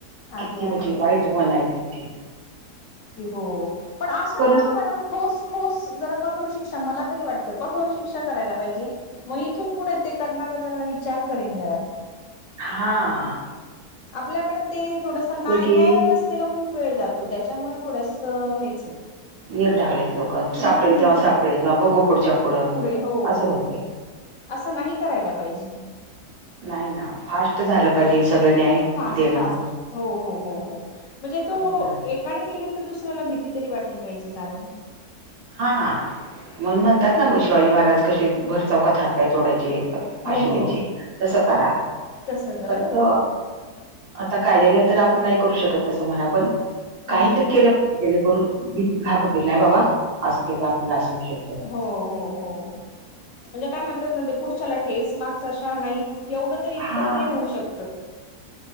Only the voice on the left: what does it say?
आहे
आहे
बर
हो पण अशांना
ना मॅडम ठोस. ठोस जरा कठोर शिक्षा मला तरी वाटतं कठोर शिक्षा करायला पाहिजे. मग इथून पुढे ते करणारा जरा विचार करेन जरा.
आपल्याकडे ते थोडस न्या
न्यायव्यवस्थेला खूप वेळ जातो त्याच्यामुळे थोडस हेच आहे.
हम्म
पुढे हो
हो
असं नाही करायला पाहिजे.
फास्ट
फास्ट हो हो हो हो म्हणजे तो
एकाने के दुसऱ्याला भीती तरी वाटली पाहिजे कारण
हो
हो हो
ह तसं करा
बरोबर
हम्म
हम्म
हम्म हो हो हो हो म्हणजे काय म्हणतात ना ते पुढच्याला ठेस मागचा शहाणा एवढं तरी इतपत
तरी होऊ शकतं.